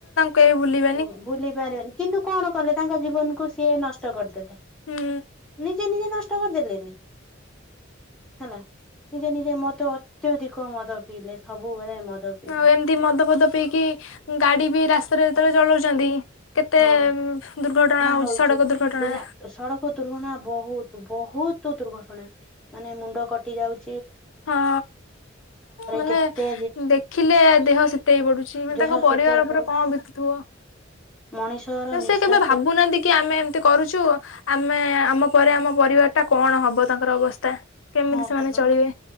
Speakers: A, on the left; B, in the centre.
A: କେଇ ବୁଲିବେ
B: ଓ ଭୁଲି ପାରିବେନି। କିନ୍ତୁ କଣ କଲେ ତାଙ୍କ ଜୀବନକୁ ସିଏ ନଷ୍ଟ କରିଦେଲେ।
A: ହୁଁ।
B: ନିଜେ ନିଜେ ନଷ୍ଟ କରିଦେଲେନି? ହେଲା, ନିଜେ ନିଜେ ମଦ ଅତ୍ୟଧିକ ମଦ ପିଇଲେ ସବୁବେଳେ ମଦ ପିଇଲେ
A: ଆଉ ଏମିତି ମଦ ଫଦ ପିଇକି ଗାଡ଼ି ବି ରାସ୍ତାରେ ଯେତେଳେ ଚଲଉଛନ୍ତି କେତେ
B: ହଁ।
A: ଦୁର୍ଘଟଣା ହୋଉଛି
B: ହଉଛି
A: ସଡ଼କ ଦୁର୍ଘଟଣା।
B: ଦିରା ସଡ଼କ ଦୁର୍ଘଟଣା ବହୁତ ବହୁତ ଦୁର୍ଘଟଣା ମାନେ ମୁଣ୍ଡ କଟି ଯାଉ
A: ହଁ ମାନେ
B: କେତେ
A: ଦେଖିଲେ ଦେହ ସି ତେଇ ପଡ଼ୁଛି ମାନେ
B: ଦେହ
A: ତାଙ୍କ ପରିବାର
B: ଶୀତେଇ ପଡୁଛି
A: ଉପରେ କଣ ବିତୁଥିବ?
B: ମଣିଷର ନିଃଶ୍ଵାସ
A: ସେ କେବେ ଭାବୁନାହାନ୍ତି କି ଆମେ ତି କରୁଛୁ ଆମେ ଆମ ପରେ ଆମ ପରିବାର ଟା କଣ ହବ ତାଙ୍କର ଅବସ୍ଥା। କେମିତି
B: ହଁ
A: ସେମାନେ
B: ଭଲ
A: ଚଳିବେ?